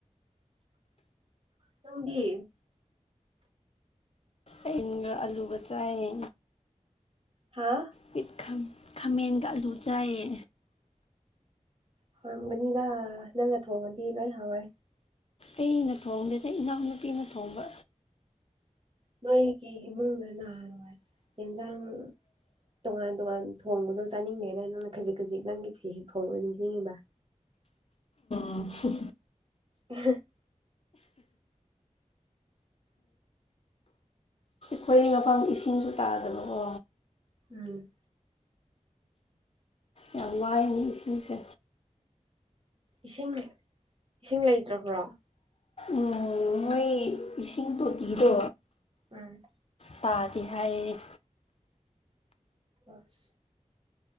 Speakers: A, on the right; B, on the left.
A: ꯅꯪꯒꯤ
B: ꯑꯩꯅꯒ ꯑꯂꯨꯕ ꯆꯥꯏ
A: ꯍꯥꯥ
B: ꯠ ꯈꯥꯃꯦꯟꯒ ꯑꯥꯂꯨ ꯆꯥꯏꯌꯦ
A: ꯍꯧꯥꯎꯔꯝꯒꯅꯤꯅ ꯅꯪꯒ ꯊꯣꯡꯉꯗꯤ ꯂꯣꯏ ꯍꯥꯎꯔꯦ
B: ꯑꯩꯅ ꯊꯣꯡꯗꯦꯗ ꯏꯅꯥꯎꯅꯨꯄꯤꯅ ꯊꯣꯡꯕ
A: ꯃꯣꯏꯒꯤ ꯏꯃꯨꯡꯗ ꯅꯍꯥꯥꯟꯣꯏ ꯌꯦꯟꯖꯥꯡ ꯇꯣꯉꯥꯟ ꯇꯣꯉꯥꯟ ꯊꯣꯡꯕꯗꯣ ꯆꯥꯅꯤꯡꯉꯦꯅ ꯅꯪꯅ ꯈꯖꯤꯛ ꯈꯖꯤꯛ ꯅꯪꯒꯤ ꯊꯣꯡ ꯑꯣꯏꯅ ꯅꯤꯡꯁꯤꯡꯉꯤꯕ
B: ꯍꯨ
A: ꯎ
B: ꯈꯣꯏꯣꯔꯩ ꯃꯄꯐꯝ ꯏꯁꯤꯡꯁꯨ ꯇꯥꯗꯕꯀꯣ
A: ꯎꯝ
B: ꯌꯥꯝ ꯋꯥꯏꯅꯦ ꯏꯁꯤꯡꯁꯦ
A: ꯏꯁꯤꯡ ꯏꯁꯤꯡ ꯂꯩꯇ꯭ꯔꯕ꯭ꯔꯣ
B: ꯎꯝ ꯃꯣꯏ ꯏꯁꯤꯡ ꯇꯣꯇꯤꯗꯣ
A: ꯎꯝ
B: ꯇꯥꯗꯦ ꯍꯥꯏꯌꯦ
A: ꯑꯁ